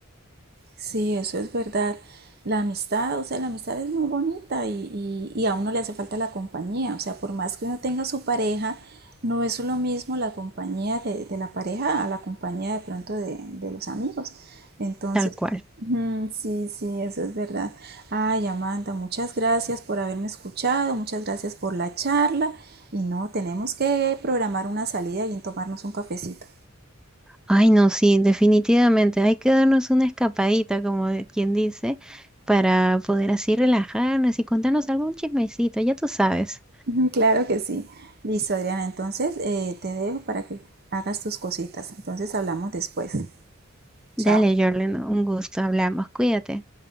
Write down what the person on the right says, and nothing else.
Sí, eso es verdad. La amistad, o sea, la amistad es muy bonita y, y- y a uno le hace falta la compañía. O sea, por más que uno tenga su pareja, no es lo mismo la compañía de, de la pareja a la compañía de pronto de, de los amigos. Entonces,
mm, sí, sí, eso es verdad. Ay, Amanda, muchas gracias por haberme escuchado, muchas gracias por la charla. Y no, tenemos que programar una salida y tomarnos un cafecito.
Ujú, Claro que sí. Listo, Adriana. Entonces, eh, te dejo para que hagas tus cositas. Entonces, hablamos después.
Chao.